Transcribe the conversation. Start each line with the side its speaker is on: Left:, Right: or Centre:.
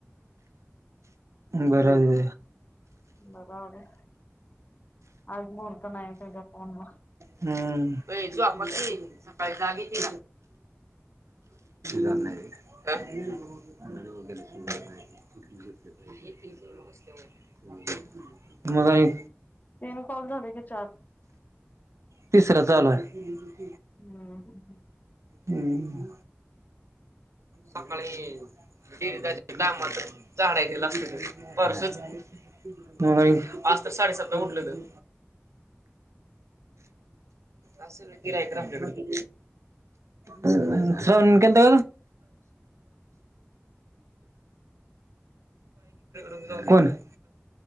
Right: बराबर उ
Left: बर राहूदे आज म्हुहूर्ता नाही त्याजा फोन ला
Right: हम अय झोपा की सकाळी जग येती का? <unintelligible> व <unintelligible> मग आणी.
Left: तीन कॉल झाले का चार.
Right: तिसरा चालू हाय.
Left: हम्. हम्म.
Right: हम्म. सकाळी डीरीत जायचय कामच झाडाय गेलं असत परसच. म आज तर साडेसात ला उठलं तर. आज सगळं गीराईक राहुल्या कड दे <unintelligible> पाय हीकडेकडे हूं जाऊ, कोण हाय